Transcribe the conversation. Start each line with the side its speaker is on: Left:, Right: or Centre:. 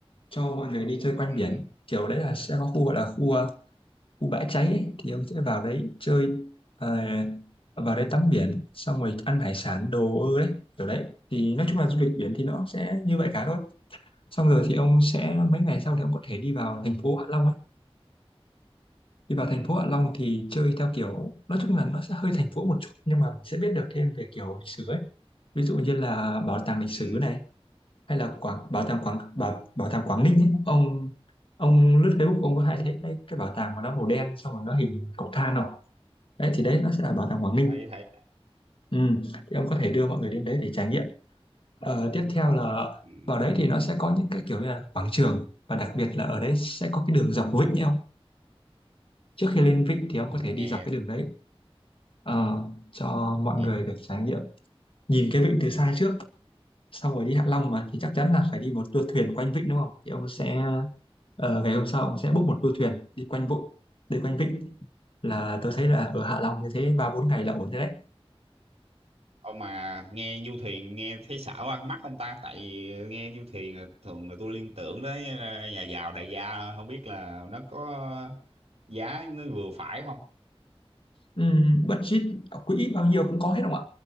Left: cho mọi người đi chơi quanh
Right: Ừ.
Left: biển kiểu đấy là sẽ có khu gọi là khu ờ, khu bãi cháy ấy, thì ông sẽ vào đấy chơi ờ, vào đấy tắm biển xong rồi ăn hải sản đồ ơ đấy kiểu đấy thì nói chung là du lịch biển thì nó sẽ như vậy cả thôi xong rồi thì ông sẽ mấy ngày sau thì ông có thể đi vào thành phố Hạ Long ấy đi vào thành
Right: Ừ.
Left: phố Hạ Long thì chơi theo kiểu nói chung là nó sẽ hơi thành phố một chút nhưng mà mình sẽ biết được thêm về kiểu lịch sử ấy ví dụ như là bảo tàng lịch sử
Right: Ừ.
Left: này hay là quảng bảo tàng quảng bảo, bảo tàng Quảng Ninh ấy. ông ông lướt Facebook ông có hay thấy cái, cái bảo tàng mà nó màu đen xong rồi nó hình cọc than không đấy thì đấy nó sẽ là bảo tàng Quảng Ninh
Right: thấy thấy
Left: ừ. thì ông có thể đưa mọi người đến đấy để trải nghiệm Ờ, tiếp theo là
Right: ừ.
Left: vào đấy thì nó sẽ có những cái kiểu như là quảng trường và đặc biệt là ở đấy sẽ có cái đường dọc Vịnh nhé ông trước khi lên Vịnh thì ông
Right: nghe
Left: có thể đi dọc cái đường đấy Ờ, cho mọi
Right: nghe
Left: người được trải nghiệm nhìn cái Vịnh từ xa trước xong rồi đi Hạ Long mà thì chắc chắn là phải đi một tour thuyền quanh Vịnh đúng không thì ông sẽ ờ, ngày hôm sau ông sẽ book một tour thuyền đi quanh Vịnh đi quanh Vịnh là
Right: Ờ.
Left: tôi thấy là ở Hạ Long như thế ba bốn ngày là ổn rồi đấy
Right: ông mà nghe du thuyền nghe thấy xảo ăn mắt không ta tại vì nghe du thuyền là thường là tôi liên tưởng đến ờ, nhà giàu đại gia thôi. không biết là nó có giá nó vừa phải không
Left: Ừm, budget ở quỹ bao nhiêu cũng có hết không ạ?